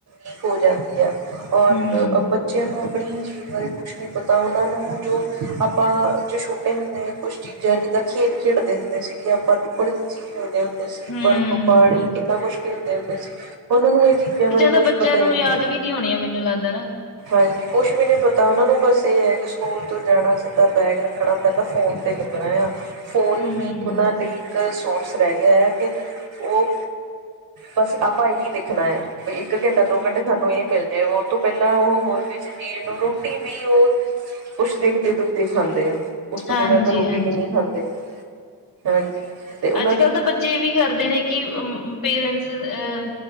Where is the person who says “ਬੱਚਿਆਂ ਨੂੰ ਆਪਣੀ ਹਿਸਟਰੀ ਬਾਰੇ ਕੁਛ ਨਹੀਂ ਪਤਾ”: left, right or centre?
Right